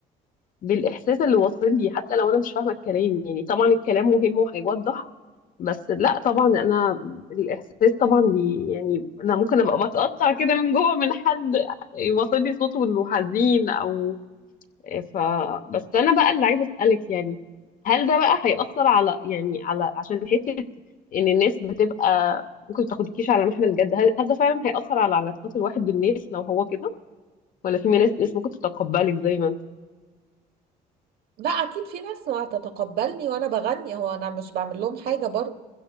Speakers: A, on the left; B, on the right.
A: بالاحساس اللي واصل لي حتى لو انا مش فاهمه الكلام يعني طبعا الكلام مهم وهيوضح بس لا طبعا انا الاحساس طبعا بي يعني انا ممكن ابقى بتقطع كده من جوه من حد يوصل لي صوته انه حزين او ف بس انا بقى اللي عايزه اسالك يعني هل ده بقى هيأثر على يعني على عشان حته ان الناس بتبقى ممكن ما تاخدكيش على محمل الجد هل, هل ده فعلا هيأثر على علاقات الواحد بالناس لو هو كده ولا في ناس ناس ممكن تتقبلك زي ما انت
B: لا اكيد في ناس ما هتتقبلني وانا بغني هو انا مش بعمل لهم حاجة برضو